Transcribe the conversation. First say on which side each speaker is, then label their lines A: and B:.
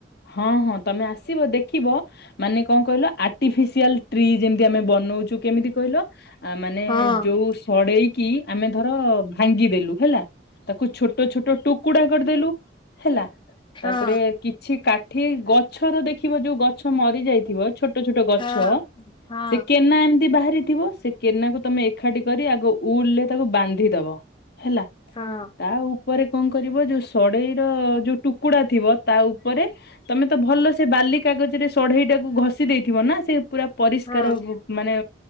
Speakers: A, on the left; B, on the left.
A: ହଁ ହଁ ତମେ ଆସିବ ଦେଖିବ ମାନେ କଣ କହିଲ ଆର୍ଟିଫିସିଆଲ ଟ୍ରି ଯେମିତି ଆମେ ବ ନଉଛୁ କେମିତି କହିଲ ମାନେ
B: ହଁ
A: ଯୋଉ ସଡେଇ। କି ଆମେ ଧର ଭାଙ୍ଗିଦେଲୁ ହେଲା। ତାକୁ ଛୋଟ ଛୋଟ ଟୁକୁଡା କରିଦେଲୁ ହେଲା
B: ହଁ
A: ତାପରେ କି କିଛି କାଠି ଗଛର ଦେଖିବ ଯୋଉ ଗଛ ମରି ଯାଇଥିବ ଛୋଟ ଛୋଟ ଗଛ।
B: ହଁ ହଁ ହଁ
A: ସେ କେନା ଏମିତି ବାହାରିଥିବ। ସେ କେନାକୁ ତମେ ଏକାଠି କରି ଆଗ ଉଲରେ ତାକୁ ବାନ୍ଧିଦବ ହେଲା
B: ହଁ
A: ତାଉ ପରେ କଣ କରିବ ଯୋଉ ସଡେଇ ର ଯୋଉ ଟୁକୁଡା ଥିବ ତା ଉପ ପରେ ତମେ ତ ଭଲ ସେ ବାଲି କାଗଜରେ ସଢେଇ ଟାକୁ ଘଷି ଦେଇଥିବ ନା ସେ ପୁରା ପରିଷ୍କାର
B: ହଁ
A: ମାନେ